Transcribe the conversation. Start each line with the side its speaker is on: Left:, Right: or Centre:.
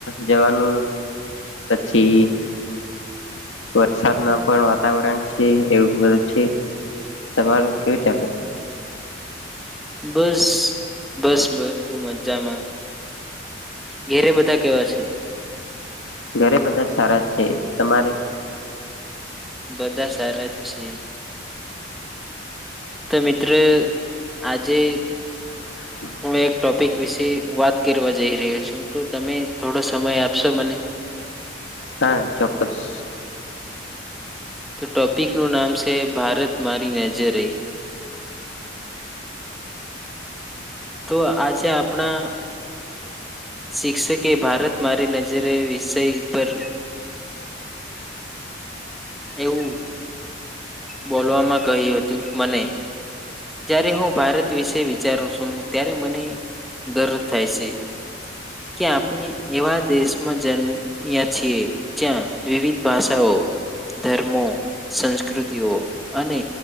Left: જવાનું પછી વરસાદ ના પણ વાતાવરણ છે એવું બધું છે. તમારું કેવું ચાલે?
Centre: બસ બસ બધું મજામાં. ઘેરે બધા કેવા છે?
Left: ઘરે બધા સારા છે તમારે?
Centre: બધા સારા જ છે. તો મિત્ર આજે
Left: <inaudible>
Centre: હું એક ટોપિક વિશે વાત કરવા જઈ રહ્યો છું તો તમે થોડો સમય આપશો મને? <inaudible>
Left: હા ચોક્કસ.
Centre: તો ટોપિકનું નામ છે ભારત મારી નજરે. <inaudible> તો આજે આપણા શિક્ષકે ભારત મારી નજરે વિષય પર એવું બોલવામાં કહ્યું હતું મને જયયારે હું ભારત વિશે વિચારું છું ત્યારે મને ગરવ થાય છે. કે આપણે એવા દેશમાં જન્મ્યા છીએ જ્યાં વિવિધ ભાષાઓ ધર્મો સંસ્કૃતિઓ અને